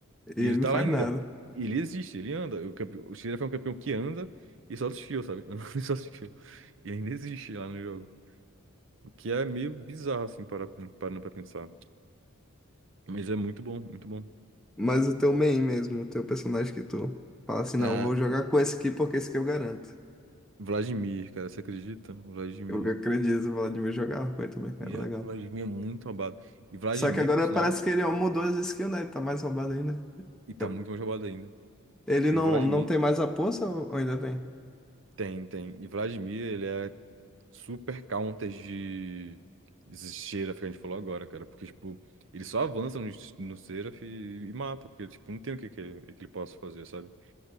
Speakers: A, in the centre; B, on the right.
A: E
B: E
A: ele
B: ele
A: não
B: tá
A: faz
B: lá ainda.
A: nada.
B: E Ele existe, ele anda. O, campe... o Giraf é um campeão que anda e só desfio, sabe? <laughs> Anda e só desfio. E ainda existe lá no jogo. O Que é meio bizarro, assim, para, parando pra pensar. Mas é muito bom, muito bom.
A: Mas o teu main mesmo, o teu personagem que tu fala assim, não,
B: Ah,
A: eu vou jogar com esse aqui porque esse aqui eu garanto.
B: Vladimir, cara, você acredita? Vladimir.
A: Eu acredito, eu de me jogar com ele também, era
B: Já,
A: legal.
B: Vladimir é muito roubado. E Vladimir,
A: Só que agora
B: por sinal,
A: parece que ele ó, mudou as skills, né? Ele tá mais roubado ainda.
B: e tá
A: Eu-
B: muito mais roubado ainda.
A: Ele
B: E
A: não,
B: Vladimir,
A: não tem mais a poça ou ou ainda tem?
B: tem, tem. E Vladimir, ele é super counter de, de Seraph, que a gente falou agora, cara. Porque, tipo, ele só avança no, no Seraph e, e mata. Porque, tipo, não tem o que, que, que ele possa fazer, sabe?